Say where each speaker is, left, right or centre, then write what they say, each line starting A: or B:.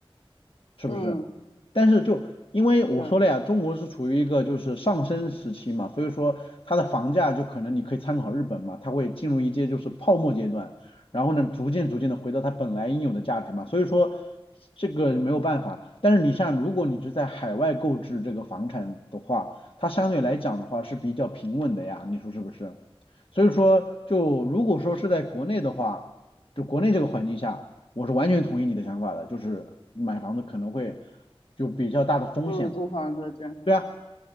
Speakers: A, on the left; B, on the left.
A: 是不是？
B: 嗯，
A: 但是就因为我说了呀，
B: 对，
A: 中国是处于一个就是上升时期嘛，所以说它的房价就可能你可以参考日本嘛，它会进入一阶就是泡沫阶段，然后呢逐渐逐渐的回到它本来应有的价值嘛，所以说这个没有办法。但是你像如果你是在海外购置这个房产的话，它相对来讲的话是比较平稳的呀，你说是不是？所以说就如果说是在国内的话，就国内这个环境下。我是完全同意你的想法的，就是买房子可能会就比较大的风险嘛，
B: 不如租房子这，
A: 对啊，